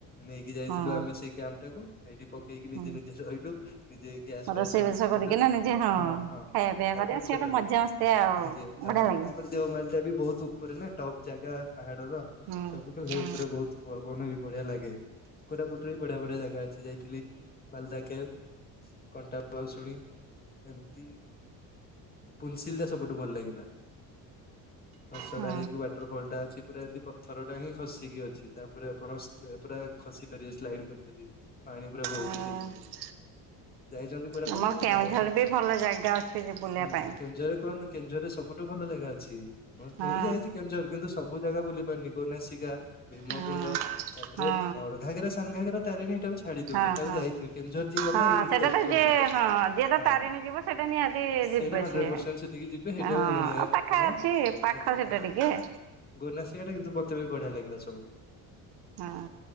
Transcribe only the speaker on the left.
ନେଇକି ଯାଇଥିଲୁ
ଆମେ ସେଇ କ୍ୟାମ୍ ଟାକୁ। ଏଇଠି ପକେଇକି ନିଜେ
ନିଜେ ରହିଲୁ ନିଜେ ଗ୍ୟାସ୍
ଫ୍ୟାସ୍ ସବୁ
ସିଲିଣ୍ଡର
ହଁ ହଁ
ତା
ଛୋଟଟେ
ଆଜ୍ଞା ଆ
ତାପରେ ଦେଓମାଳିଟା ବି ବୋହୁତ ଉପ ଉନା ଟପ୍ ଜାଗା ପାହାଡ଼ର
ସବୁଠୁ ହେ
ଉପରେ ବୋହୁତ ପବନ ବି ବଢ଼ିଆ ଲାଗେ। କୋରାପୁଟରେ ବି ବଢ଼ିଆ ବଢ଼ିଆ ଜାଗା ଅଛି ଯାଇଥିଲି ବାଲଦାକେ କଣ୍ଟା ଭୁଆଶୁଣି। ଏମତି ପୁଲ୍ ସିଲ୍ ଟା ସବୁଠୁ ଭଲ ଲାଗିଲା। ତଡ଼ା
ହେଇକି ୱାଟରଫଲ୍ ଟା ଅଛି ପୁରା ଏନ୍ତି ପଥରଟା ହିଁ ଖସିକି ଅଛି ତାପରେ ଆପଣ ସ୍ ପୁରା ଖସି ପାରିବେ ସ୍ଲାଇଡ଼୍ କରିପାରିବେ ପାଣି ପୁରା ବହୁତୁ
ଶଲ୍କି। ଯାଇଛନ୍ତି କୋରାପୁଟ୍
କେବେ
ନାଁ ଯାଇନାହାନ୍ତି
ଉଁ
କେନ୍ଦୁଝରରେ କୁହନ୍ତି କେଉଁଝରରେ ସବୁଠୁ ଭଲ ଜାଗା ଅଛି ମୁଁ ଜ୍
ମୁଁ ବି ଯାଇଚି କେଉଁଝର କିନ୍ତୁ ସବୁ ଜାଗା ବୁଲି ଗନି ଗୋନାଶିକା। ଭୀମକୁୁଣ୍ଡ
ତାପରେ
ବାଉଡ଼ଘାଗରା ସାନଘାଗର ତାରିଣୀ ଏଇଟାକୁ ଛାଡ଼ି ଦିଅନ୍ତୁ
ହେଟାକୁ
ଯାଇଥିବ କେଁଝର ଯିଏ ଗଲେ
ହେଇଠିକି
ଯାଇଥିବେ
ହଣ୍ଡରେ ପରସେଣ୍ଟ୍
ହଁ
ସେଇଟା
ହାଣ୍ଡରେ
ପରସେଣ୍ଟ୍ ସେଠିକି ଯିବେ ହେ ଏଟାଉ
ଗଣିଆ
କଥା ନାଇଁ
ଆଜ୍ଞା
ଆଜ୍ଞା
ଗୋନାସିକାଟା କିନ୍ତୁ ପଥମେ ବଢ଼ିଆ ଲାଗିଲା ସବୁଠୁ।